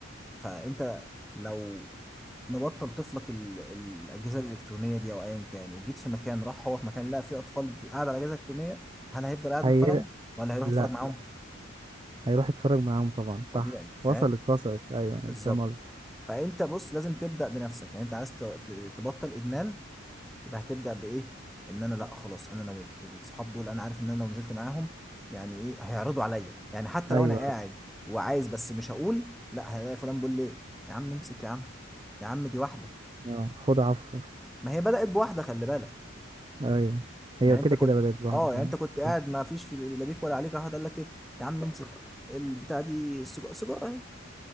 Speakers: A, in the centre; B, on the right.
A: فانت لو مبطل طفلك ال- الاجهزه الالكترونيه دي او ايا كان وجيت في مكان راح هو في مكان لقى فيه اطفال قاعده على اجهزه الكترونيه هل هيفضل قاعد
B: هي
A: محترم ولا هيروح
B: لا
A: يتفرج معاهم
B: هيروح يتفرج معاهم طبعا صح
A: طبيعي فاهم
B: وصلت وصلت ايوه ايوه
A: بالظبط
B: فاهم قصدك
A: فانت بص لازم تبدا بنفسك يعني انت عايز ت- ت- تبطل ادمان يبقى هتبدا بايه ان انا لا خلاص انا نويت الصحاب دول انا عارف ان انا لو نزلت معاهم يعني ايه هيعرضوا عليا يعني حتى
B: ايوه
A: لو انا قاعد
B: ايوه
A: وعايز بس مش هقول لا هلاقي فلان بيقول ليه يا عم امسك يا عم يا عم دي واحده
B: اه خد عفو
A: ما هي بدأت بواحدة خلي بالك
B: ايوه هي
A: يعني
B: كده
A: انت كنت
B: كده بدأت لوحدها
A: اه يعني
B: فعلا
A: انت كنت قاعد
B: صح.
A: ما فيش في لا بيك ولا عليك راح واحد قال لك ايه يا عم امسك البتاع دي السج- سيجارة اهي